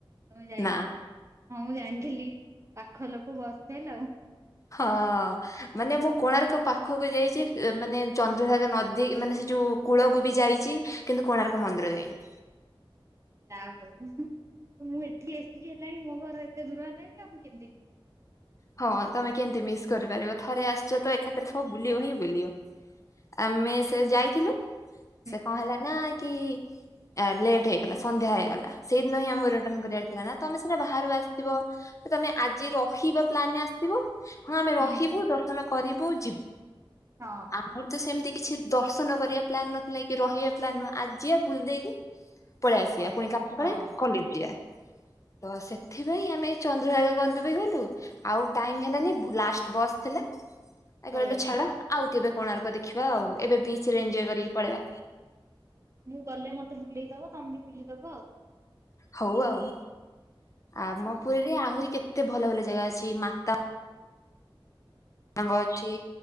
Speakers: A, on the right; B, on the left.
A: ତମେ ଯାଇନ
B: ନା।
A: ହଁ ମୁଁ ଜାଣିଥିଲି ପାଖ ଲୋକ ବସ୍ ଫେଲ୍ ଆଉ।
B: ହ ମାନେ ମୁଁ କୋଣାର୍କ ପାଖକୁ ଯାଇଚି ଏ ମାନେ ଚନ୍ଦ୍ରଭାଗା ନଦୀ ମାନେ ସେ ଯୋଉ କୂଳକୁ ବି ଯାଇଚି। କିନ୍ତୁ କୋଣାର୍କ
A: ହୁଁ,
B: ମନ୍ଦିର ଯାଇନି।
A: ଯା ହଉ ମୁଁ ଏଠି ଆସିକି ହେଲାଣି ମୋ ଘର ଏତେ ଦୂର ହେଲାଣି ଆଉ ମୁଁ କେମତି?
B: ହଁ ତମେ କେମତି ମିସ୍ କରିପାରିବ ଥରେ ଆସିଚ ତ ଏଖାତରେ ସବୁ ବୁଲିବ ହିଁ ବୁଲିବ। ଆମେ ସେ ଯାଇଥିଲୁ।
A: ହୁଁ।
B: ସେ କଣ ହେଲା ନା କି? ଆ ଲେଟ୍ ହେଇଗଲା। ସନ୍ଧ୍ୟା ହେଇଗଲା। ସେଇଦିନ ହିଁ ଆମକୁ ରିଟର୍ଣ କରିବାର ଥିଲା ନା ତମେ ସିନା ବାହାରୁ ଆସଥିବ ତ ତମେ ଆଜି ରହିବ? ପ୍ଲାନେ ଆସିଥିବୁ ହଁ ଆମେ
A: ହୁଁ।
B: ରହିବୁ ଦର୍ଶନ କରିବୁ ଯିବ୍
A: ହଁ।
B: ଆମର ତ ସେମତି କିଛି ଦର୍ଶନ କରିଆ ପ୍ଲାନ ନଥିଲା କି ରହିଆ ପ୍ଲାନ୍ ନୁହଁ ଆଜିି ଆ ବୁଲ ଦେଇକି ପଳେଇ ଆସିଆ
A: ପଳେଇବ
B: ପୁଣି କାଲି ସକାଳେ
A: ହଁ।
B: କଲେଜ୍ ଚିଆ ତ ସେଥିପାଇଁ ଆମେ ଚନ୍ଦ୍ରଭାଗା ଗନ୍ଧ ପାଇଁ ଗଲୁ? ଆଉ ଟାଇମ୍ ହେଲାନି ଲାଷ୍ଟ୍ ବସ୍ ଥିଲା ଏଇ
A: ପଳେଇ
B: କହିଲୁ
A: ଆସିଲ
B: ଛାଡ ଆଉ କେବେ କୋଣାର୍କ ଦେଖିବା ଆଉ ଏବେ ବିଚ୍ ରେ ଏନଜୟ କରିକି ପଳେଇବା।
A: ମୁଁ ଗଲେ ମତେ ବୁଲେଇଦବ। ତମେ ବୁଲିଦବ ଆଉ।
B: ହଉ ଆଉ ଆମ
A: ହଁ
B: ପୁରୀରେ ଆହୁରି କେତେ ଭଲ ଭଲ ଜାଗା ଅଛି। ମାତା ତଙ୍ଗ ଅଛି।